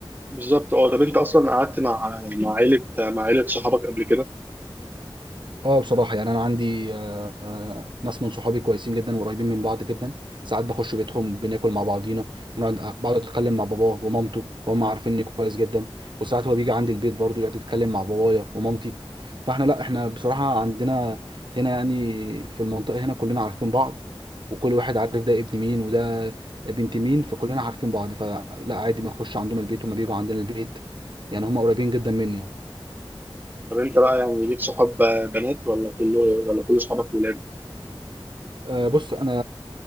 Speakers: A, on the right; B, on the right.
A: بالظبط اه طب انت اصلا قعدت مع مع عيله مع عيله صحابك قبل كده
B: اه بصراحة يعني أنا عندي آه، آه، ناس من صحابي كويسين جدا وقريبين من بعض جدا ساعات بخش بيتهم بناكل مع بعضينا بنقعد آه، بقعد أتكلم مع باباه ومامته وهم عارفيني كويس جدا وساعات هو بيجي عندي البيت برضه يقعد يتكلم مع بابايا ومامتي فاحنا لا احنا بصراحة عندنا هنا يعني في المنطقة هنا كلنا عارفين بعض وكل واحد عارف ده ابن مين وده بنت مين فكلنا عارفين بعض فلا عادي ما أخش عندهم البيت هما بيجوا عندنا البيت يعني هما قريبين جدا مني يعني
A: طب انت بقى يعني ليك صحاب بنات ولا كله ولا كل صحابك ولاد؟
B: آه، بص انا